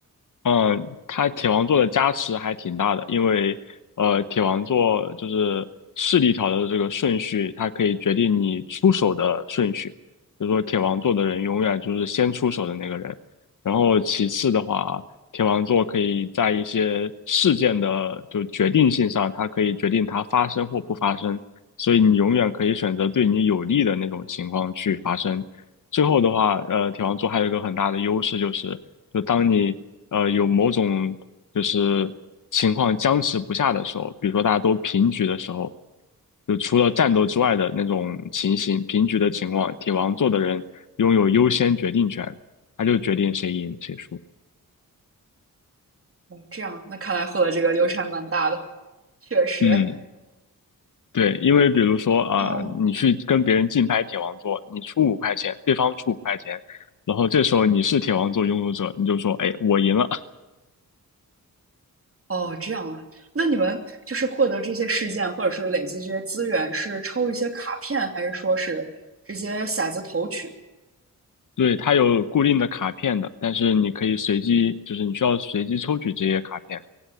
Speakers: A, on the left; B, on the right.
A: 嗯，它铁王座的加持还挺大的，因为呃，铁王座就是势力条的这个顺序，它可以决定你出手的顺序。就是说，铁王座的人永远就是先出手的那个人。然后其次的话，铁王座可以在一些事件的就决定性上，它可以决定它发生或不发生。所以你永远可以选择对你有利的那种情况去发生。最后的话，呃，铁王座还有一个很大的优势就是。就当你呃有某种就是情况僵持不下的时候，比如说大家都平局的时候，就除了战斗之外的那种情形，平局的情况，铁王座的人拥有优先决定权，他就决定谁赢谁输。
B: 这样，那看来获得这个优势还蛮大的，确实哎。
A: 嗯，对，因为比如说啊、
B: 哦
A: 呃你去跟别人竞拍铁王座，你出五块钱，对方出五块钱，然后这时候你是铁王座拥有者，你就说，哎，我赢了，
B: 哦，这样啊。那你们就是获得这些事件，或者是累积这些资源，是抽一些卡片，还是说是直接骰子投取？
A: 对，它有固定的卡片的，但是你可以随机，就是你需要随机抽取这些卡片。